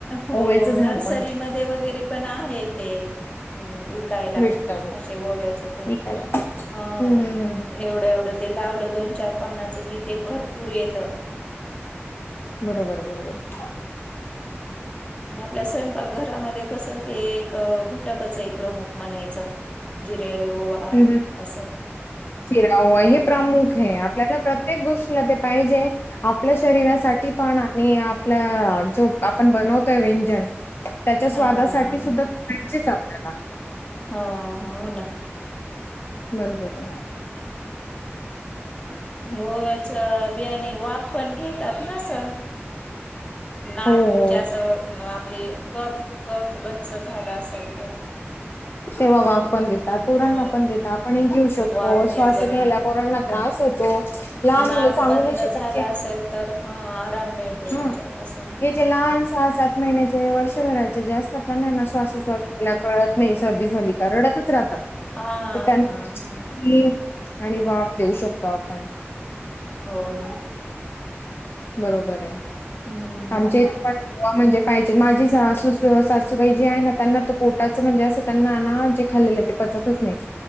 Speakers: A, on the left (about 25°); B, on the left (about 55°).
A: हो
B: ओव्याचं झाड
A: नर्सरीमध्ये
B: पण आहे
A: वगैरे पण आहे ते हम्म. विकायला
B: मिळत
A: असे ओव्याच ते
B: विकायला
A: ह
B: हम्म हम्म हम्म हम्म
A: एवढं एवढं ते लावलं दोन चार पानाचं कि ते भरपूर येतं.
B: बरोबर आहे बरोबर आहे
A: आणि आपल्या स्वयंपाकघरामध्ये कसं ते एक घटकच आहे प्रमुख म्हणायचं. जिरे ओवा
B: हम्म हम्म
A: असं
B: चिरा ओवा
A: त्याच्यामुळ
B: हे प्रमुख आहे आपल्याला प्रत्येक गोष्टीला ते पाहिजे आपल्या शरीरासाठी पण आणि आपल्या जो आपण बनवतोय व्यंजन त्याच्या स्वादासाठी
A: हां,
B: सुद्धा
A: हां.
B: पाहिजेच आपल्याला.
A: हा हा हो ना
B: बरोबर आहे <inaudible>
A: हे ओव्याच बियाने वाप पण घे तातना अस नाक
B: हो
A: म्हणजे
B: हो
A: असं आपले कफ कफ गच्च झालं असेल तर <inaudible>
B: तेव्हा वाफ पण देतात, पोरांना
A: हा
B: पण देतात आपण एक घेऊ शकतो
A: वाफ घेतल्याला
B: श्वास घ्याल्या पोरांना त्रास होतो लहान
A: नाक
B: मुलं सांगू
A: बंद
B: नाही
A: झाला
B: शकायचे
A: असेल तर हा आराम मिळतो
B: हा
A: त्याच्या पाासून <inaudible>
B: हे जे लहान सहा-सात महिन्याचे वर्षभराचे जे असतात ना त्यांना श्वासो-श्वास घेयाला कळत नाही सर्दी झाली का रडातच राहतात
A: हा
B: तर त्यांना
A: हा हा
B: <inaudible> आणि वाफ देऊ शकतो आपण.
A: हो ना
B: बरोबर आहे.
A: हम्म
B: आमचे इथ पण <inaudible> म्हणजे पाहिजे माझी सासू सासूबाई जी आहे ना त्यांना त पोटाच म्हणजे असं त्यांना ना जे खाल्लेले ते पचतच नाही,